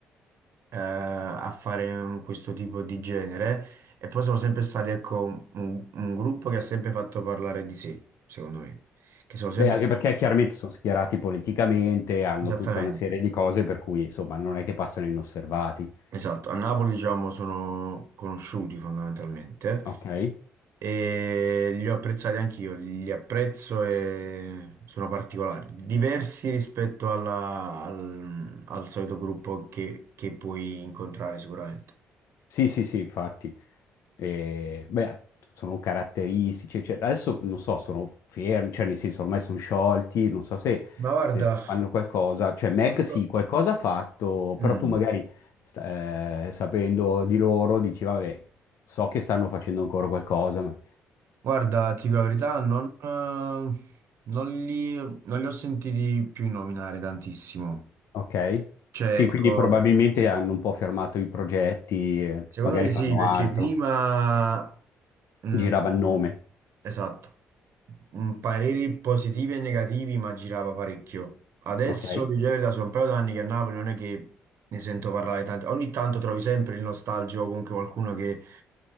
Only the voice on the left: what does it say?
Beh, anche
perché
chiaramente sono schierati politicamente, hanno
tutta una serie di cose per cui insomma non è che passano inosservati.
Ok?
Sì, sì, sì, infatti. E, beh, sono caratteristici, eccetera. Adesso non so, sono fermi, cioè nel senso ormai sono sciolti, non so se,
se fanno qualcosa. Cioè Meg
sì,
qualcosa ha fatto,
però tu magari sta- eh, sapendo di loro dici, vabbè, so che stanno facendo ancora qualcosa, ma...
Ok.
Sì,
quindi probabilmente hanno un po' fermato i progetti, eh,
magari
fanno
altro.
Girava il nome.
Ok.